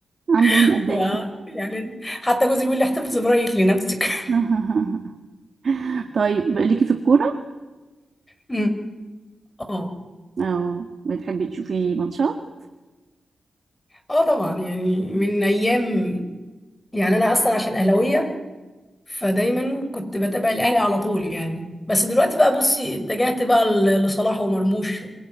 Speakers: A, on the right; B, on the left.
A: عندهم
B: <laughs>
A: قد
B: و
A: ايه
B: يعني حتى جوزي بيقول لي احتفظ برايك لنفسك
A: <laughs> طيب ليكي في الكوره
B: <laughs> اه
A: اه بتحبي تشوفي ماتشات
B: اه طبعا يعني من ايام يعني انا اصلا عشان اهلاويه فدايما كنت بتابع الاهلي على طول يعني بس دلوقتي بقى بصي اتجهت بقى ل- لصلاح ومرموش